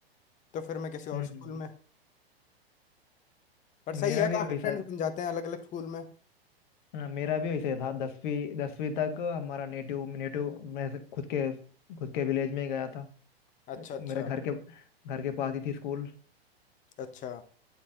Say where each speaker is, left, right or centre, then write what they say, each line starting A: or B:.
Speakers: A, on the left (about 25°); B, on the left (about 50°).
A: तो फिर मैं किसी और
B: हम्म
A: स्कूल में पर सही
B: मेरा
A: है
B: भी
A: काफ़ी
B: वैसा
A: फ्रेंड्स बन जाते हैं अलग अलग स्कूल में
B: हाँ, मेरा भी वैसे था दसवीं दसवीं तक हमारा नेटिव नेटिव मैं से- खुद के खुद के विलेज में ही गया था
A: अच्छा अच्छा
B: मेरे घर के घर के पास ही थी स्कूल
A: अच्छा